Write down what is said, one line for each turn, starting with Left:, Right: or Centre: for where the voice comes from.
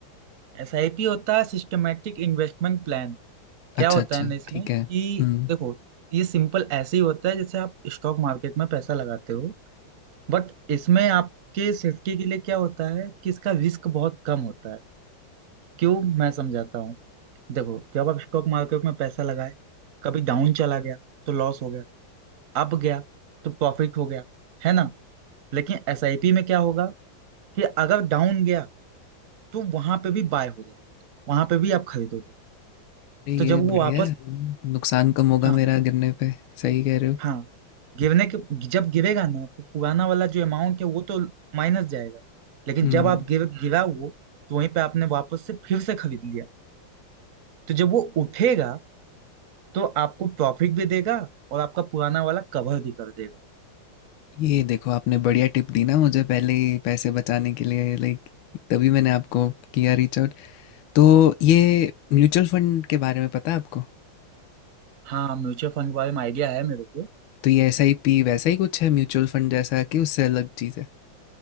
Right: एसआईपी होता है सिस्टमेटिक इन्वेस्टमेंट प्लान क्या
Left: अच्छा
Right: होता
Left: अच्छा
Right: है ना इसमें
Left: ठीक
Right: कि
Left: है हम्म
Right: देखो ये सिंपल ऐसे ही होता है जैसे आप स्टॉक मार्केट में पैसा लगाते हो बट इसमें आपके सेफ्टी के लिए क्या होता है कि इसका रिस्क बहुत कम होता है क्यों मैं समझाता हूँ देखो जब आप स्टॉक मार्केट में पैसा लगाए कभी डाउन चला गया तो लॉस हो गया अप गया तो प्रॉफिट हो गया है ना लेकिन एसआईपी में क्या होगा कि अगर डाउन गया तो वहां पे भी बाय हो जाएगा वहां पे भी आप खरीदोगे
Left: अरे ये
Right: तो जब
Left: बढ़िया
Right: वो वापस
Left: है हम्म, नुकसान कम होगा
Right: हाँ
Left: मेरा गिरने पे सही कह रहे हो
Right: हाँ गिरने के जब गिरेगा ना तो पुराना वाला जो अमाउंट है वो तो माइनस जाएगा लेकिन
Left: हम्म
Right: जब आप गिर हम्म गिरा वो तो वहीं पे आपने वापस से फिर से खरीद लिया तो जब वो उठेगा तो आपको प्रॉफिट भी देगा और आपका पुराना वाला कवर भी कर देगा
Left: ये देखो आपने बढ़िया टिप दी ना मुझे पहले ही पैसे बचाने के लिए लाइक तभी मैंने आपको किया रीच आउट तो ये म्यूचुअल फंड के बारे में पता है आपको
Right: हाँ म्यूचुअल फंड के बारे में आइडिया है मेरे को
Left: तो ये एस आई पी वैसा ही कुछ है म्यूचुअल फंड जैसा कि उससे अलग चीज़ है